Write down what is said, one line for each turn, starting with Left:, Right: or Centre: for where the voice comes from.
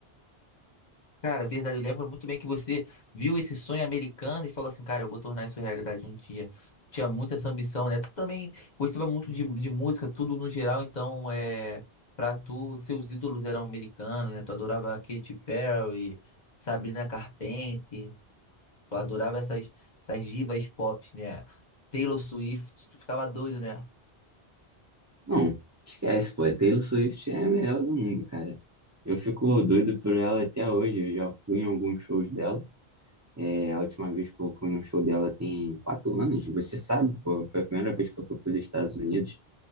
Left: cara, é verdade, eu lembro muito bem que você viu esse sonho americano e falou assim, cara, eu vou tornar isso realidade um dia. Tinha muita essa ambição, né? Tu também gostava muito de, de música, tudo no geral, então, é... Pra tu, seus ídolos eram americanos, né? Tu adorava Katy Perry, Sabrina Carpenter. Eu adorava essas, essas divas pop, né? Taylor Swift, tu ficava doido, né?
Right: Não, esquece, pô. A Taylor Swift é a melhor do mundo, cara. Eu fico doido por ela até hoje. Eu já fui em alguns shows dela. É, a última vez que eu fui no show dela tem quatro anos. Você sabe, pô, foi a primeira vez que eu fui para os Estados Unidos.